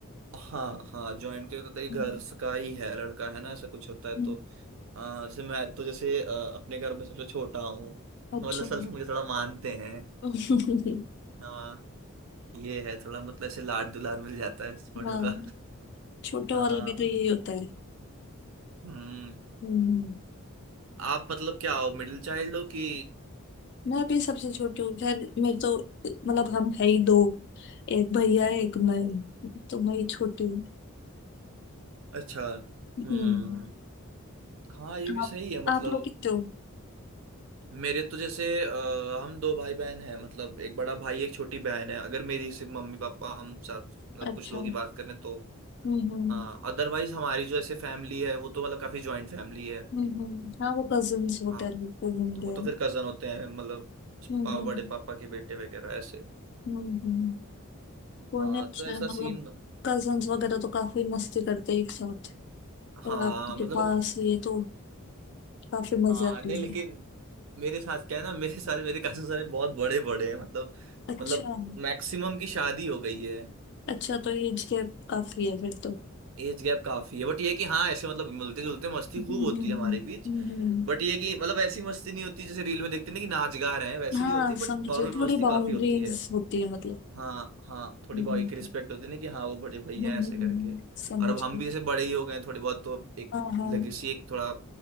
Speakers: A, on the right; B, on the left.
A: हाँ हाँ ज्वाइंट के होता है घर
B: हम्म,
A: का ही है लड़का है ना ऐसा कुछ होता है
B: हम्म,
A: तो आ, जैसे मैं तो जैसे अ, अपने घर में सबसे छोटा हूँ तो
B: अच्छा
A: मतलब असल से मुझे थोड़ा मानते हैं
B: <laughs>
A: हाँ ये है थोड़ा मतलब ऐसे लाड दुलार मिल जाता है इस बड़ों
B: हाँ
A: का
B: छोटे
A: हाँ
B: वाले भी तो यही होता है
A: हम्म
B: हम्म
A: आप मतलब क्या हो मिडिल चाइल्ड हो कि
B: मैं भी सबसे छोटी हूँ खैर मेरे तो मतलब हम है ही दो एक भैया है, एक मैं हूँ, तो मैं ही छोटी हूँ
A: अच्छा हम्म
B: हम्म
A: हाँ ये भी
B: आप
A: सही है मतलब
B: आप लोग कितने हो
A: मेरे तो जैसे आ, हम दो भाई बहन हैं मतलब एक बड़ा भाई एक छोटी बहन है अगर मेरी सिर्फ मम्मी पापा हम चार मतलब
B: अच्छा
A: कुछ लोग ही बात करें तो
B: हम्म हम्म
A: हाँ अदरवाइज हमारी जो ऐसे फैमिली है वो तो मतलब काफी जॉइंट फैमिली है
B: हम्म हाँ वो कजिन्स होते
A: हाँ
B: हैं बिल्कुल होंगे
A: वो तो फिर कजन होते हैं मतलब
B: हम्म
A: पा, बड़े पापा के बेटे वगैरह ऐसे
B: हम्म हम्म कोई
A: हाँ
B: नहीं अच्छा
A: तो ऐसा
B: है, मतलब
A: सीन
B: कजिन्स वगैरह तो काफी मस्ती करते हैं एक साथ
A: हाँ
B: और आपके
A: मतलब
B: पास ये तो काफी मजे
A: हाँ
B: आती
A: नहीं लेकिन
B: है
A: मेरे साथ क्या है ना मेरे सारे मेरे कजन सारे बहुत बड़े बड़े हैं मतलब
B: अच्छा
A: मतलब मैक्सिमम की शादी हो गई है
B: अच्छा तो एज गैप काफी है फिर तो
A: एज गैप काफी है बट ये कि हाँ ऐसे मतलब मिलते जुलते मस्ती
B: हम्म
A: खूब होती
B: हम्म
A: है हमारे बीच
B: हम्म हम्म, हम्म।
A: बट ये कि मतलब ऐसी मस्ती नहीं होती जैसे रील में देखते हैं ना कि नाच गा रहे हैं वैसी
B: हाँ
A: नहीं होती बट
B: समझे
A: नॉर्मल
B: थोड़ी
A: मस्ती
B: बाउंड्रीज
A: काफी होती है
B: होती है मतलब
A: हाँ हाँ थोड़ी
B: हम्म,
A: भाई की रिस्पेक्ट होती है ना कि हाँ वो बड़े भैया
B: हम्म हम्म,
A: हैं ऐसे
B: हम्म,
A: करके
B: समझ
A: और अब
B: गई
A: हम भी जैसे बड़े ही हो गए हैं थोड़ी बहुत तो एक
B: हाँ हाँ
A: लेगेसी एक थोड़ा